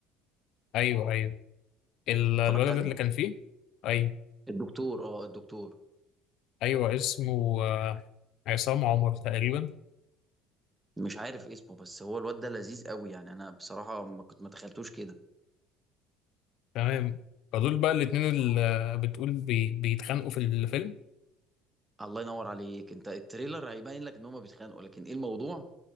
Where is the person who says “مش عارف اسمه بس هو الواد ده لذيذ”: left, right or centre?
Right